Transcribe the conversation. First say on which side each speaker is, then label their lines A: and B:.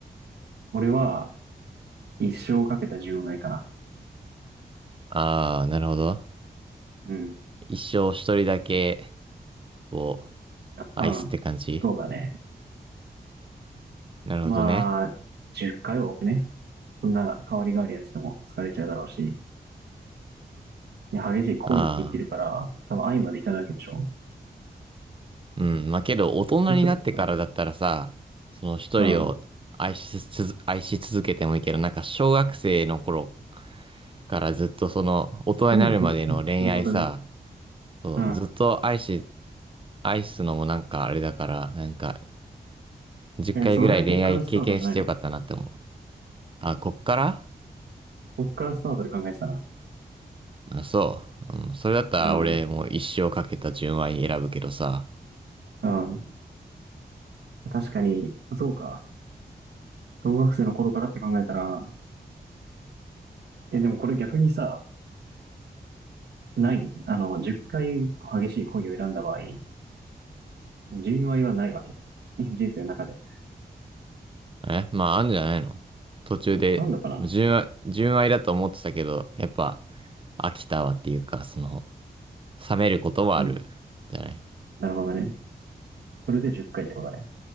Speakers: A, on the right; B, on the right.
A: 俺は、一生かけた純愛かな。
B: あー、なるほど。
A: うん。
B: 一生一人だけ、を愛すって感じ
A: うん。そうだね。
B: なるほどね。
A: まあ、10回は多くね。そんな代わり代わりやってても疲れちゃうだろうし。で、激しい恋って言ってるから、
B: あ
A: 多分愛までいかないわけでしょ。
B: ー、うん。まあ、けど、大人になってからだったらさ、
A: で、ちょっと、
B: その一人を愛しつつ、
A: うん。
B: 愛し続けてもいいけど、なんか、小学生の頃からずっとその、大人になるまでの恋愛さ、
A: <laughs> なるほどね。
B: そう、
A: うん。
B: ずっと愛し、愛すのもなんかあれだから、なんか、10回ぐらい恋愛経験してよかったなって思う。
A: え、それはこっからスタートじゃないの
B: あ、こっから
A: こっからスタートで考えてたな。
B: あ、そう。うん、それだったら俺もう一生かけた純愛選ぶけどさ。
A: うん。うん。確かに、そうか。小学生の頃からって考えたら、え、でもこれ逆にさ、ない、あの、10回激しい恋を選んだ場合、純愛はないわけ。<laughs> 人生の中で。
B: えまあ、あんじゃないの途中で、
A: あんのかな
B: もう純愛、純愛だと思ってたけど、やっぱ、飽きたわっていうか、その、冷めることもある、
A: うん。
B: じゃない。
A: なるほどね。それで10回っかいってことね。